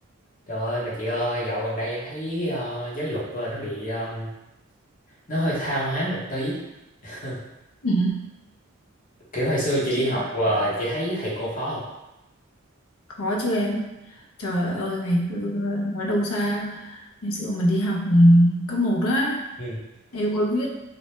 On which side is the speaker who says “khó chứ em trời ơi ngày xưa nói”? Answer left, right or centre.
Left